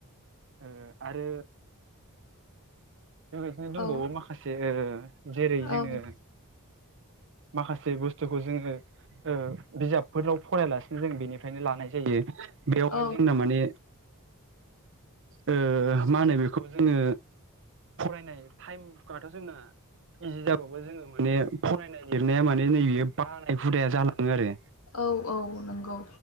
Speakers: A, on the right; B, on the left.
A: ओ आरो ओ बेबायदिनो दंबावो
B: औ
A: माखासे जेरै जोङो
B: औ
A: माखास से बुस्थुखौ जोङो ओ बिजाबफोराव फरायलासिनो जों बेनि फ्रायनो लानाय जायो। बेवहाय
B: औ
A: जोंना माने ओ मा होनो बेखौ जोङो नाय थाइमाथ' जोंना इजि जाबावो जोङो। माने फरायनाय लिरनाया माने नैयो बानाय हुदाया जालाङो आरो।
B: औ औ नंगौ